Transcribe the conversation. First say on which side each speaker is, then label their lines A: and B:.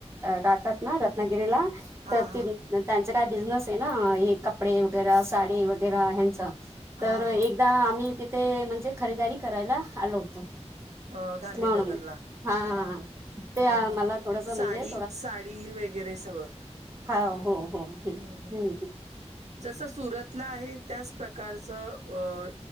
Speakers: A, on the right; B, on the right.
A: राहतांत नां रत्नागिरीलां
B: हा
A: तरं
B: हा
A: ती त्यांच कायं बिझनेस आहे नां हे कपडे वगैरें सांडी वगैरें ह्यांच
B: हा
A: तरं
B: हा
A: एक एक आम्हीं तिथे म्हणजे खरेदारी करांयला आलो होतो
B: अं गांधीनगरलां
A: म्हणून हा ते
B: हां हां
A: मला थोडस म्हणजे
B: सांडी सांडी वगैरें सगळं
A: हां हो हो हम्मं
B: हम्म हम्म जसं सुरतेला आहे त्याचं प्रकारचं अं